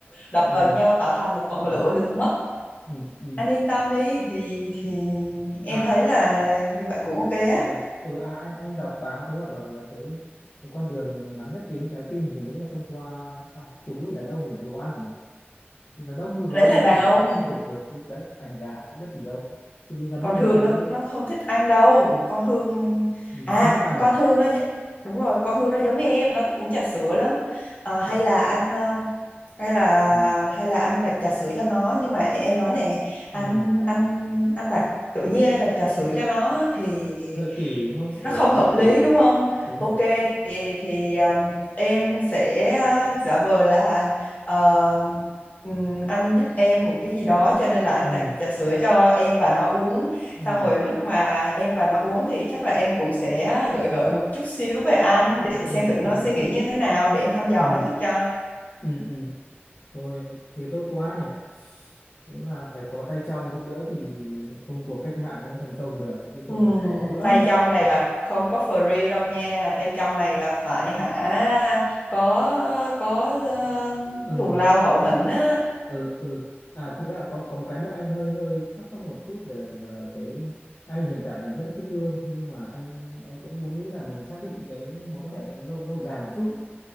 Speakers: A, on the left; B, on the left.
A: đập
B: ừ
A: vào nhau tạo thành một ngọn
B: ừ
A: lửa được mất
B: ừ ừ
A: anh yên tâm đi thì thì em
B: à
A: thấy là như vậy cũng ok á
B: ừ, ừ à, anh anh đọc báo thì họ bảo là cái, cái con đường ngắn nhất đến trái tim phụ nữ là thông qua à, phụ nữ đàn ông là đồ ăn nhỉ đàn ông là
A: đấy
B: đồ ăn
A: là đàn
B: nhỉ
A: ông
B: ở, ở quê chứ đấy anh gà có biết gì đâu thì đến gần
A: còn
B: nhất
A: Hương
B: đến phụ nữ
A: nó nó không thích ăn đâu con Hương
B: ừ,
A: à
B: không thích ăn
A: con
B: à
A: Hương nó gi- đúng rồi con Hương nó giống như em nó thích uống trà sữa lắm Ờ, hay
B: Yes.
A: là anh ờ, hay là
B: ừ.
A: hay là anh đặt trà sữa cho nó nhưng mà em nói nè anh
B: ừ.
A: anh anh đặt tự nhiên anh đặt trà sữa cho nó thì
B: hơi kỳ đúng không ừ,
A: nó không hợp
B: hơi
A: lý
B: kỳ
A: đúng không?
B: đúng
A: Ok
B: rồi
A: thì thì um, em sẽ uh, giả vờ là ờ, ừm, anh giúp em một cái gì đó cho nên là anh
B: ừ.
A: đặt trà sữa cho em và nó uống.
B: Ừ.
A: Xong rồi lúc mà em và nó uống thì chắc là em cũng sẽ gợi gợi một chút xíu về anh để
B: Ừ.
A: xem thử nó
B: Ừ.
A: suy nghĩ như thế nào để em thăm dò
B: Ừ.
A: nó trước cho.
B: Ừ. Ừ. Thôi thế tốt quá nhỉ. Đúng là phải có tay trong giúp đỡ thì công cuộc cách mạng nó mới thành công được chứ không
A: Ừm,
B: thì khó lắm.
A: tay trong này
B: <laughs>
A: là không có free đâu nha tay trong này là phải hả có có ờ,
B: Ừ
A: thù lao hậu hĩnh á
B: ừ ừ. À thực ra còn có một cái nữa anh hơi hơi thắc mắc một chút là là cái anh hiện tại thì rất là thích Hương thế nhưng mà anh anh cũng muốn nghĩ là mình xác định cái mối quan hệ lâu lâu dài một chút ấy.